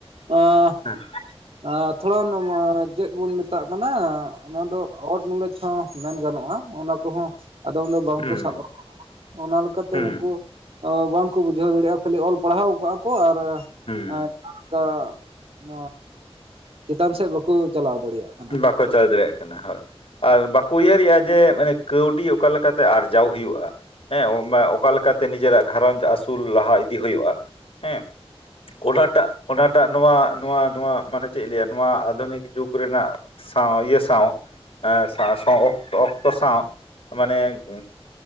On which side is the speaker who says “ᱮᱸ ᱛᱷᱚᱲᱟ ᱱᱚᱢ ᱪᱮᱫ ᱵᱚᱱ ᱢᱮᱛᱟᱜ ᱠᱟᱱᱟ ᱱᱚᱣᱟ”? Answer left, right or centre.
Right